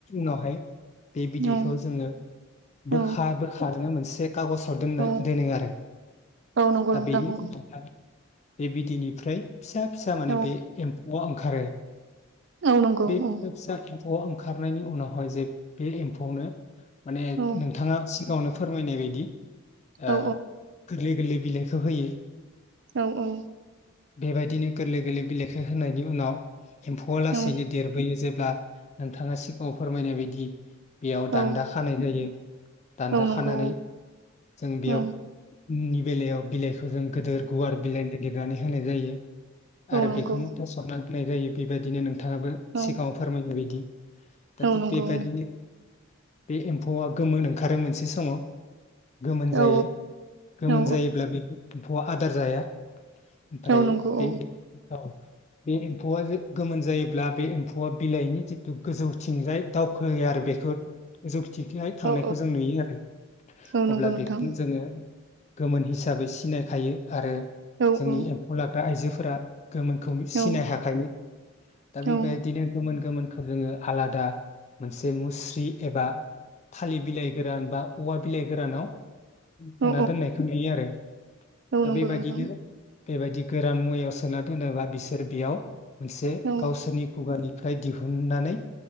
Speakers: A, on the left; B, on the right.
A: नावहाय बे बिदैखौ
B: औ
A: जोङो बोखा
B: औ
A: बोखानो मोनसे खागजाव दोननो
B: औ
A: दोनो आरो
B: औ नंगौ
A: दा
B: नोंथां
A: बेनि
B: नंगौ
A: उनावहाय बे बिदैनिफ्राय फिसा फिसा माने
B: औ
A: बे एम नआव ओंखारो
B: औ नंगौ औ
A: <unintelligible> ख' ओंखारनायनि उनावहाय जे बे एम्फौनो माने
B: औ
A: नोंथाङा सिगाङावनो फोरमायनाय बायदि ओ
B: औ
A: गोरलै गोरलै बिलाइखौ होयो
B: औ औ
A: बेबायदिनो गोरलै गोरलै बिलाेखौ होनायनि उनाव एम्फौआ लासैनो
B: औ
A: देरबोयो जेब्ला नोंथाङा सिगाङाव फोरमायनाय बायदि बेयाव
B: औ
A: दान्दा खानाय जायो। दान्दा
B: औ नंगौ
A: खानानै जों बेयाव
B: औ
A: नि बेलायाव बेलेग जों गोदो गुवार बिलाइनाय गिरनानै होनाय जायो।
B: औ
A: आरो
B: नंगौ
A: बेखौ मुथा सरनानै होनाय जायो बेबायदिनो नोंथाङाबो
B: औ
A: सिगाङाव फोरमायनाय बायदि दा
B: औ
A: थिग
B: नंगौ
A: बेबादिनो
B: औ
A: बे एम्फौआ गोमोन ओंखारो मोनसे समाव गोमोन जायो
B: औ
A: गोमोन
B: औ
A: जायोब्ला बेबो एम्फौआ आदार जाया ओमफ्राय
B: औ नंगौ औ
A: बे औ बे एम्फौआ गोमोन जायोब्ला बे एम्फौ <unintelligible> बिलाइनि जिथु गोजौथिंजाय दावखोयो आरो बेखौ गोजौ थिगैहाय थांनायखौ
B: औ
A: जों नुयो आरो
B: औ नंगौ
A: अब्ला
B: नोंथां
A: बेखौनो जोङो गोमोन हिसाबै सिनायखायो आरो।
B: औ औ
A: जोंनि
B: औ
A: एम्फौ लाग्रा आइजो फोरा गोमोनखौ सिनाय
B: औ
A: हाखायो दा बेबायदिनो
B: औ
A: गोमोन गोमोनखौ जोङो आलादा मोनसे मुस्रि एबा थालिर बिलाइ गोरान बा औवा बिलाइ गोरानाव जाना
B: औ
A: दोननायखौ नुयो आरो।
B: औ
A: दा
B: नंगौ
A: बेबायदिनो
B: नोंथां।
A: बेबायदि गोरान मुवायाव सोना दोनोबा बिसोर बेयाव मोनसे
B: औ
A: गावसोरनि खुगानि ओमफ्राय दिहुननानै